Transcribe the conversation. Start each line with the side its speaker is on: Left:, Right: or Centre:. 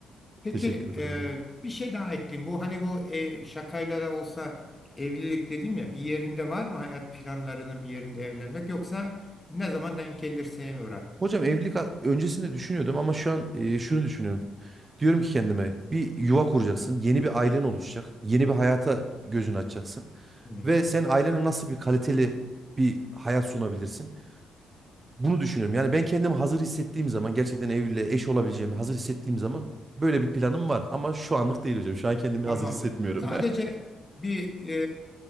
Right: <laughs>
Left: Peki
Right: Teşekkür ederim
Left: e,
Right: hocam.
Left: bir şey daha ekleyeyim. Bu hani bu e, şakayla da olsa evlilik dedim ya bir yerinde var mı hayat planlarının bir yerinde evlenmek yoksa ne zaman denk gelirse mi bıraktın?
Right: Hocam evlilik a- öncesinde düşünüyordum ama şu an e, şunu düşünüyorum. Diyorum ki kendime bir yuva kuracaksın, yeni bir ailen oluşacak, yeni bir hayata gözünü açacaksın
Left: Hı hı.
Right: ve sen ailene nasıl bir kaliteli bir hayat sunabilirsin? Bunu düşünüyorum. Yani ben kendimi hazır hissettiğim zaman gerçekten evliliğe eş olabileceğimi hazır hissettiğim zaman böyle bir planım var ama şu anlık değil hocam. Şu an kendimi
Left: Tamamdır.
Right: hazır hissetmiyorum.
Left: Sadece bir